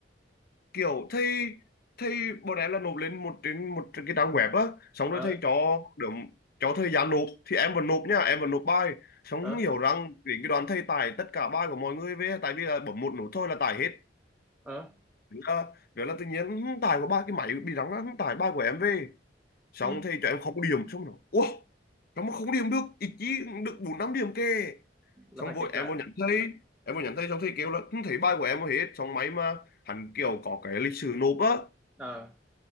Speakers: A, on the left (about 55°); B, in the centre.
A: kiểu thầy thầy bọn em là nộp lên một trên một cái trang web á xong
B: ờ
A: rồi thầy cho được cho thời gian nộp thì em vẫn nộp nha em vẫn nộp bài xong
B: ờ
A: hiểu rằng đến cái đoạn thầy tải tất cả bài của mọi người về tại vì là bấm một nút thôi là tải hết
B: ờ
A: Đó. vậy là tự nhiên "Hưng, tải của ba cái máy bị rắn á, Hưng tải ba của em về xong
B: ừ,
A: thì cho em không điểm xong rồi ủa nó mà không điểm được ít chí được bốn năm điểm kìa
B: là
A: xong
B: phải
A: vội
B: chạy lại
A: em vô nhắn thầy em vô nhắn thầy xong thầy kêu là không thấy bài của em hết xong máy mà hắn kiểu có cái lịch sử nộp á
B: ờ